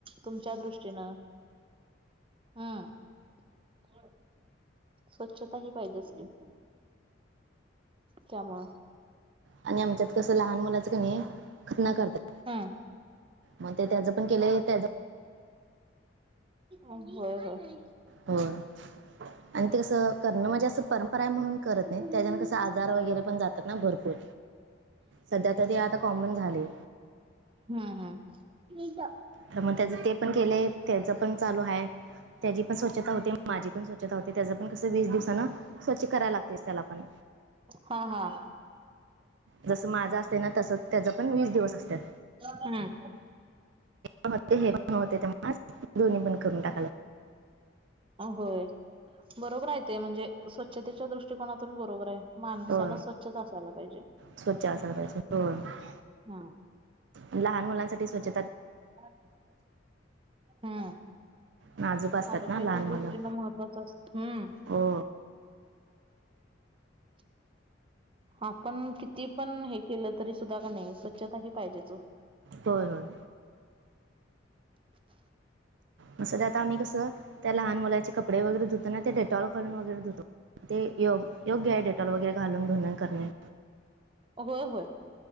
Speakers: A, on the right; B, on the right.
A: तुमच्या दृष्टीनं. हम्मं. <inaudible> स्वच्छता ही पाहिजेचं की त्यामुळ
B: आणि आमच्यात कसं लहान मुलाचं कणी खतना करतात.
A: हा.
B: म ते त्याज पण केलय त्याज
A: अ होय होय.
B: होय आणि ते कसं करणं म्हणजे असं परम परा आहे म्हणून करत नईत
A: हम्म
B: त्याज्यान कसं आजार वगैरे पण जातात ना भरपूर सध्या तर ते आता कॉमन झाले.
A: हा हा <unintelligible>
B: तर मग त्याज ते पणं केलेय त्याज पण चालू हाय, त्याजी पण स्वच्छता होते. माझी पण स्वच्छता होते त्याज पण कसं वीस दिवसान स्वच्छ करायलाच लागतय त्याला पण
A: हा हा
B: जसं माझं असतय ना, तसं त्याज पण वीस दिवस असत्यात.
A: <unintelligible> हा.
B: हा ते हे पणं होते <unintelligible> दोन्ही पण करून टाका लाग
A: अ होय बरोबर आय ते म्हणजे स्वच्छतेच्या दृष्टकोनांतून बरोबराय माणसानं
B: हो
A: स्वच्छच असायला पाहिजे
B: स्वच्छ असायला पाहिजे हो
A: हा
B: लहान मुलांसाठी स्वच्छ
A: <unintelligible> हा.
B: नाजूक असतात
A: आरोग्याच्यां
B: ना लहान मुलं
A: दृष्टीनं महत्वाचं अस, हम्म
B: हो
A: <unintelligible> आपणं किती पणं हे केलं तरी सुद्धा कणी स्वच्छता ही पाहिजेच ओ
B: होय होय.
A: <inaudible>
B: मस <unintelligible> दे आता आम्ही कस त्या लहान मुलाचे कपडे वगैरे धूतो ना ते डे टॉल घालून वगैरे घालून धुतो, ते यो योग्य आहे डेटॉल वगैरे घालून धुण करणे.
A: अ होय होय,